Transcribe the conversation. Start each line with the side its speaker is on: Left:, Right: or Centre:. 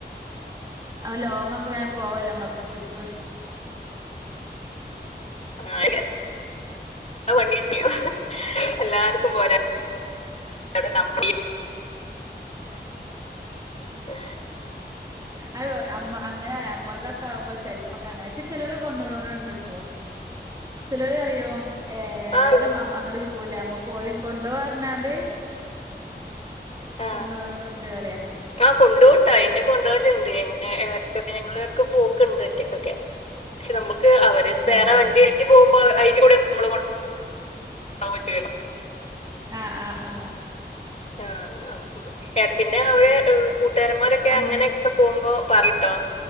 Right: അവ ലോങ്ങൊക്കെ വേം പോവല്ലോ ങ്ങക്ക് ട്രിപ്പ്
Left: ആ <inaudible> <unintelligible> എല്ലാർക്കും പോലെ അവിടെ നമ്മുടെ <unintelligible>
Right: അത് അമ്മ അങ്ങനെ അമ്മളതൊക്കെ ആകുമ്പോ ചെലപ്പ ങ്ങനെ പക്ഷെ ചെലോല് കൊണ്ടോണോല്ണ്ട് ട്ടോ ചിലോര് അറിയോ ഏഹ്
Left: ആഹ്
Right: ഏലം വ് അങ്ങട് പോവലേ അമ്മുക്ക് ഓലിം കൊണ്ടോവാർഞാണ്ട്
Left: ആഹ്
Right: കൊണ്ടോണോലുണ്ട് അറിയാ
Left: ആഹ് കൊണ്ടോവുട്ടാ ഇന്നെ കൊണ്ടോവലുണ്ട് എങ്ങ എട്ക്കൊക്കെ ഞങ്ങള്ക്കും പോക്കുണ്ട് ഒറ്റയ്ക്കൊക്കെ പക്ഷെ നമ്മുക്ക് അവരെ
Right: ആഹ്
Left: ച്ച് പോകുമ്പോ അയിന്റെ കൂടെ നമ്മള് കൊ <unintelligible>
Right: ആഹ് ആഹ് ആഹ്
Left: ആഹ് അം <unintelligible> പിന്നെ അവര് ഏഹ് കൂട്ടാരന്മാരൊക്കെ
Right: അങ്ങ്
Left: അങ്ങനെ പോകുമ്പോ പറിട്ടോ